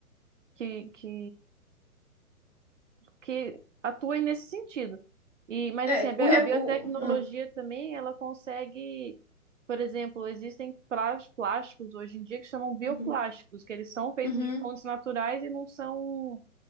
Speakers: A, on the right; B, on the left.
A: que, que que atuem nesse sentido. E, mas
B: É,
A: assim, a bi-
B: o, re-
A: a biotecnologia
B: o- ah,
A: também, ela consegue, por exemplo, existem plás- plásticos hoje em dia que chamam bioplásticos,
B: uhum,
A: que eles são feitos
B: uhum.
A: de fontes naturais e não são